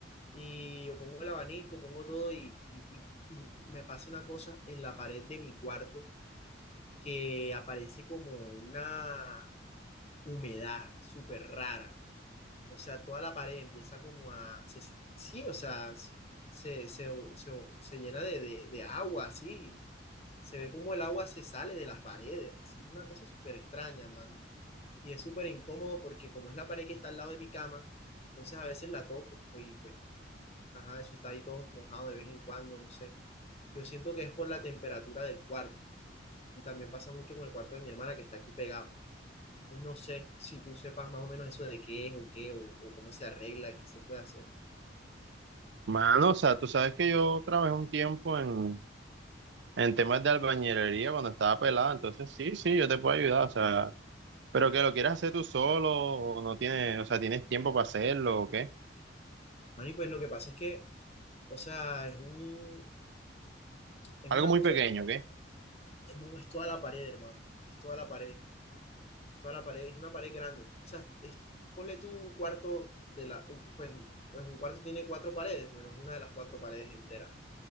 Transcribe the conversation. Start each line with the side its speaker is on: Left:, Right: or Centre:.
Left: y yo pongo el abanico, pongo todo y, y- y- y me pasa una cosa en la pared de mi cuarto que aparece como una humedad súper rara. O sea, toda la pared empieza como a... se- sí, o sea, se, se- se- se llena de, de- de agua, así. Se ve como el agua se sale de las paredes, así. Una cosa súper extraña, mano. Y es súper incómodo porque como es la pared que está al lado de mi cama, entonces a veces la toco y pues Ajá, eso está ahí todo mojado de vez en cuando, no sé. Yo siento que es por la temperatura del cuarto y también pasa mucho con el cuarto de mi hermana que está aquí pegado. Entonces, No sé si tú sepas más o menos eso de qué es o qué o, o cómo se arregla, qué se puede hacer.
Right: Mano, o sea, tú sabes que yo trabajé un tiempo en, en temas de albañilería cuando estaba pelado, entonces sí, sí, yo te puedo ayudar, o sea, pero que lo quieras hacer tú solo o no tienes, o sea, tienes tiempo para hacerlo o qué?
Left: Mani, pues lo que pasa es que, o sea, es un, es
Right: Algo
Left: una
Right: muy
Left: cosa,
Right: pequeño, ¿qué?
Left: eh, no es toda la pared, hermano, es toda la pared, es toda la pared, es una pared grande. O sea, es- ponle tú un cuarto de la, pues, pues un cuarto tiene cuatro paredes, bueno, es una de las cuatro paredes entera,